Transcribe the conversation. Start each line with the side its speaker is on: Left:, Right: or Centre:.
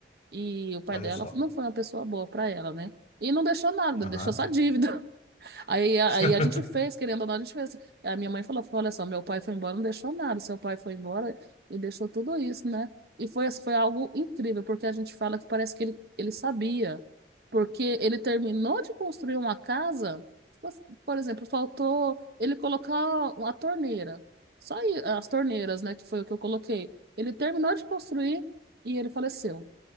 Right: E o pai
Left: Olha
Right: dela
Left: só.
Right: não foi uma pessoa boa para ela, né? E não deixou nada,
Left: Aham.
Right: deixou só dívida. Aí, a- aí
Left: <laughs>
Right: a gente fez, querendo ou não, a gente fez. A minha mãe falou, falou, olha só, meu pai foi embora, não deixou nada. Seu pai foi embora e deixou tudo isso, né? E foi, assim, foi algo incrível, porque a gente fala que parece que ele, ele sabia. Porque ele terminou de construir uma casa, mas, por exemplo, faltou ele colocar uma torneira. Só aí, as torneiras, né, que foi o que eu coloquei. Ele terminou de construir e ele faleceu.